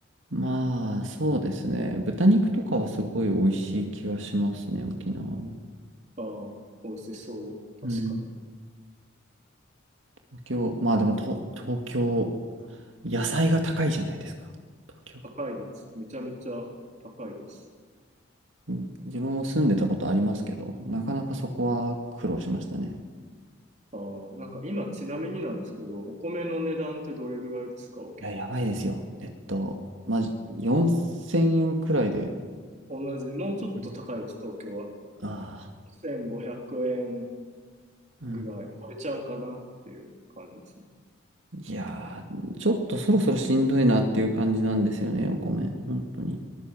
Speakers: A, on the right; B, on the right.
A: まあ、そうですね。豚肉とかはすごい美味しい気がしますね、沖縄は。
B: あー、美味しそう。
A: うん。
B: 確かに。
A: 東京、まあでも東、東京、野菜が高いじゃないですか。東京。
B: 高いです。めちゃめちゃ高いです。
A: うん自分も住んでたことありますけど、なかなかそこは苦労しましたね。
B: あー、なんか今、ちなみになんですけど、お米の値段ってどれぐらいですか、沖縄。
A: いや、やばいですよ。えっと、まじ、4000円くらいで、
B: 同じ、もうちょっと高いです、
A: うん
B: 東京は。
A: あ
B: 1500円
A: あうん。
B: ぐらい超えちゃうかなっていう感じですね。
A: いやー、ちょっとそろそろしんどいなっていう感じなんですよね、お米。本当に。